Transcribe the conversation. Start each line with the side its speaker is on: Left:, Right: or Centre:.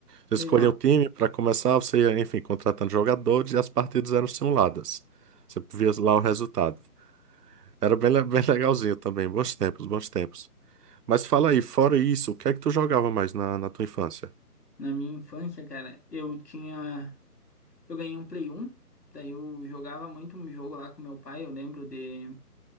Right: Você
Left: Legal.
Right: escolhia o time para começar, você ia, enfim, contratando jogadores e as partidas eram simuladas. Você via lá o resultado. Era bem, le- bem legalzinho também. Bons tempos, bons tempos. Mas fala aí, fora isso, o que é que tu jogava mais na, na tua infância?
Left: Na minha infância, cara, eu tinha. Eu ganhei um Play 1. Daí eu jogava muito um jogo lá com meu pai, eu lembro de,